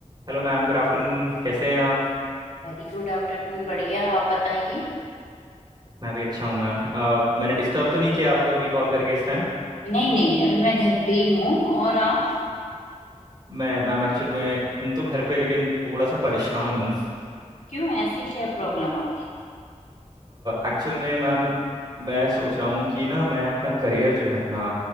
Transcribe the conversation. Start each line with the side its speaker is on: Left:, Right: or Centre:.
Right: Hello ma'am good afternoon कैसे हैं आप
Left: Very good afternoon बढ़िया आप बताइए
Right: मैं भी अच्छा हूँ मैम अ, मैंने डिस्टर्ब तो नहीं किया आपको अभी कॉल करके इस टाइम
Left: नहीं नहीं अभी मैं घर पे ही हूँ और आप
Right: मैं मैम एक्चुअल में हूँ तो घर पे लेकिन थोड़ा सा परेशान हूँ
Left: क्यों ऐसे क्या प्रॉब्लम आ गई
Right: एक्चुअल में मैम मैं सोच रहा हूँ कि ना मैं अपना करियर जो है अपना